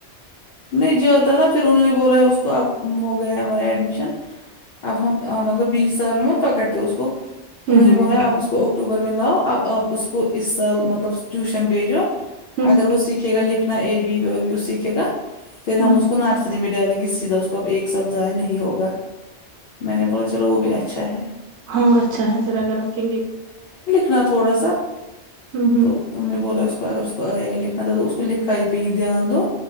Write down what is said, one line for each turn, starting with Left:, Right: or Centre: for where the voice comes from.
Left: نہیں جاتا ناں پھر انہوں نے بولا اس کو اب ہوگیا ہمارا ایڈمیشن اب ہم مطلب بیس سال میں پکڑتے اس کو انہوں
Right: نہیں
Left: نے بولا
Right: نہیں
Left: آپ اس کو اکٹوبر میں لاؤ اب آپ اس کو اس سال مطلب ٹیوشن بھیجو
Right: ہ
Left: اگر وہ سیکھے گا لکھنا اے بی بھی وہ سیکھے گا پھر ہم
Right: ہ
Left: اس کو نرسری میں ڈالیں گے سیدھا اس کو اب ایک سال ضائع نہیں ہوگا میں نے بولا چلو وہ بھی اچھا ہے
Right: ہاں اچھا ہے پھر اگر رکھیں گے
Left: اپنا تھوڑا سا
Right: ہ ہ
Left: تو ان نے بولا اس کو اگر اس کو آئے گا لکھنا تھا تو اس کو لکھاائی پہ ہی دھیان دو